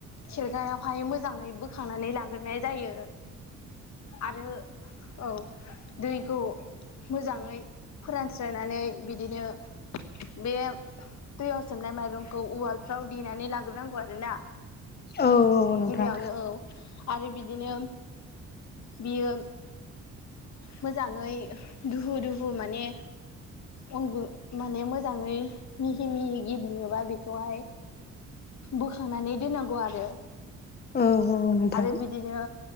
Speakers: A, on the left; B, on the left.
A: खेरखायावहाय मोजाङै बोखांनानै लाग्रोनाय जायो। आरो औ दैखौ मोजाङै फोरान स्रोनानै बिदिनो बेयाव दैयाव सोमनाय माइरंखौ उवालफ्राव देनानै लाग्रोनांगौ आरो ना।
B: औ औ नोंथां
A: गिबियावनो औ आरो बिदिनो बियो मोजाङै दुहु दुहु माने अन गु माने मो जाङै मिहि मिहि गेब्लेयोबा बिखौहाय बोखांनानै दोन्नांगौ आरो।
B: औ औ नोंथां
A: आरो बिदिनो